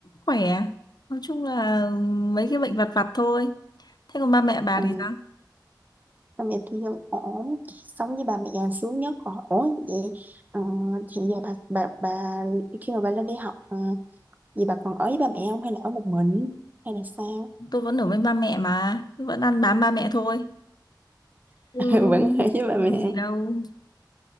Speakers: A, on the left; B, on the right.
A: khỏe nói chung là ừ, mấy cái bệnh vặt vặt thôi thế còn ba mẹ bà
B: ừ.
A: thì sao
B: ba mẹ tôi vẫn ổn sống với ba mẹ là sướng nhất rồi ổn vậy ờ, hiện giờ bà bà bà khi mà bà lên đi học ờ, vậy bà còn ở với ba mẹ không hay là ở một mình hay là sao
A: tôi vẫn ở với ba mẹ mà vẫn ăn bám ba mẹ thôi Ừ.
B: <laughs> vẫn ở với ba
A: không
B: mẹ
A: làm gì đâu